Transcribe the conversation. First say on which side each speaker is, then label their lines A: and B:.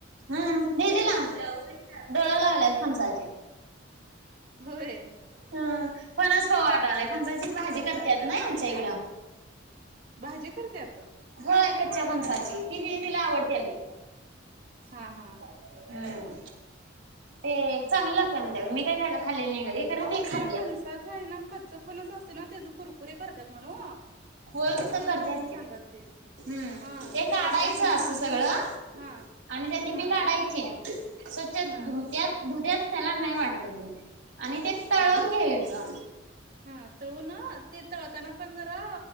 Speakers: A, on the right; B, on the right.
A: हम् दीदीला, डोळ लागल्यात. ते फणसाचे.
B: हा हा होय
A: ह फणस खाऊ वाटालय फणसाची भाजी करत्यात
B: लागला काय
A: नई
B: आत
A: आमच्या इकडं.
B: भाजी करते आता
A: होय कच्च्या फणसाची ती दीदीला आवडत्या लई.
B: हा हा.
A: हम्म ते चांगली लागत्या म्हणत्या मी काय खा खाल्लेली नाही कधी. खरं
B: आवो
A: ती खात्या.
B: ते फणसाच आहे ना कच्च फणस असतय ना तेच कुरकुरे करत्यात म्हण ओ.
A: होय हित
B: ती माझी
A: करत्याच
B: बहीण
A: की.
B: सांगाल
A: हम्म,
B: ती हा
A: ते काढायचं
B: कच्च फणस
A: अस
B: आणून
A: सगळं
B: हा
A: आणि त्यातली
B: हा
A: बी काढायची. स्वच्छ
B: हा
A: धुत्यात धुत्यात त्याला नाही वाटत धूत आणि ते तळून
B: हा.
A: घ्यायचं.
B: हा तळून ते तळताना पण जरा